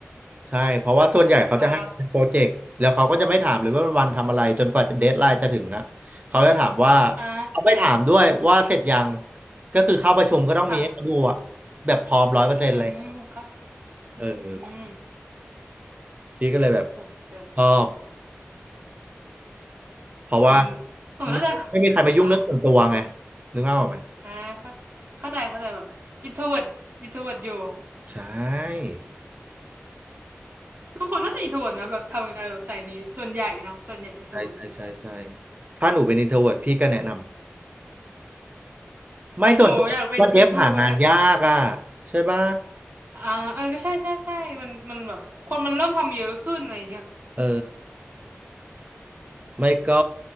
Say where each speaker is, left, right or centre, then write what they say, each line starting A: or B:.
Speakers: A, on the right; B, on the right.
A: ใช่เพราะว่าส่วนใหญ่เขาจะให้เป็นโปรเจกต์แล้วเขาก็จะไม่ถามเลยว่าวันทำอะไรจนกว่าเดดไลน์จะ
B: <sighs> อ่า
A: deadline จะถึงอะเขาจะถามว่า
B: อ่า
A: เขาไม่ถามด้วยว่าเสร็จยังก็คือเข้าประชุมก็ต้องมีให้เขาดูอะ
B: ค่ะ
A: แบบพร้อมร้อยเปอร์เซ็นต์อะไรอย่างเงี้ยครับ
B: อืมเขา
A: เออเออ
B: อืม
A: พี่ก็เลยแบบ
B: โหแต่
A: ชอบเพราะว่า
B: หนูหนูน่าจะ
A: ไม่ไม่มีใครมายุ่งเรื่องส่วนตัวไง
B: อ่า
A: นึกภาพออกไหม
B: อ่าเข้าเข้าใจเข้าใจแบบอินโทรเวิร์ตอินโทรเวิร์ตอยู่
A: ใช่
B: ทุกคนน่าจะอินโทรเวิร์ตนะแบบทำงานแบบสายนี้ส่วนใหญ่เนาะส่วนใหญ่อินโทรเวิร์ต
A: ใช่ใช่ใช่ใช่ถ้าหนูเป็น introvert พี่ก็แนะนำไม่ส่วนตัวว่าเดฟหางานยากอ่ะ
B: หนูอยากเป็นอินโทรเวิร์ต
A: ใช่ป่ะ
B: อ่าเออก็ใช่ใช่ใช่มันมันแบบคนมันเริ่มทำเยอะขึ้นอะไรอย่างเงี้ย
A: เออไม่ก็